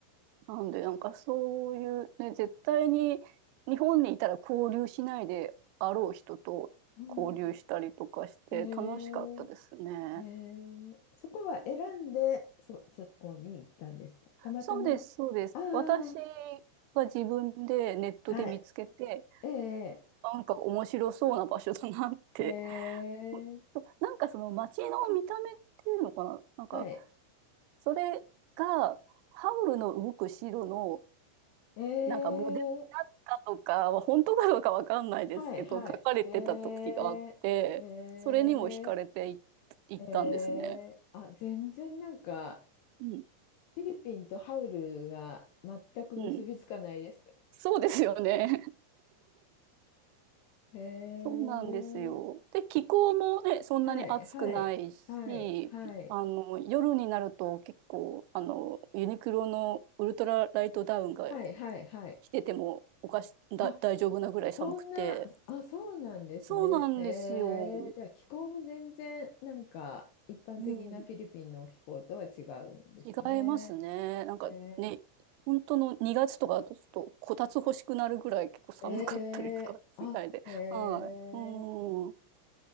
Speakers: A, on the right; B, on the left.
A: なんで、なんかそういうね、絶対に日本にいたら交流しないであろう人と交流したりとかして楽しかったですね。
B: うん、へえ、へえ、そこは選んで、そ、そこに行ったんですかたまたまああ、
A: そうです、そうです。私が自分でネットで見つけて、
B: はい、ええ、
A: なんか面白そうな場所だなって。
B: ええ、
A: <laughs> そう、なんかその街の見た目っていうのかな、なんか
B: はい。
A: それがハウルの動く城の
B: えー、
A: なんかモデルになったとかは本当かどうかわかんないですけど、
B: はいはい。
A: 書かれてた時があって、
B: えー、え
A: それにも惹かれてい、いったんですね。
B: ー、えー、あ、全然なんか、
A: うん、
B: フィリピンとハウルが全く結びつかないです。
A: うん、そうですよね。
B: えー、
A: そうなんですよ。で、気候もね、そんなに暑くないし、
B: はいはいはいはい
A: あの、夜になると結構、あの、ユニクロのウルトラライトダウンが
B: はいはいはい。
A: 着ててもおかし、だ、
B: あ、
A: 大丈夫なぐらい寒くて。
B: そんな、あ、そうなんですね。
A: そうなんですよ。
B: へえー、じゃあ気候も全然なんか、一般的なフィリピンの気候とは違うんですね。
A: うん。違いますね。なんかね、
B: へ
A: 本当の2月とかだとちょっとこたつ欲しくなるぐらい結構寒かったりとかするみたいで。
B: ええあ、へえ、
A: はい。うん。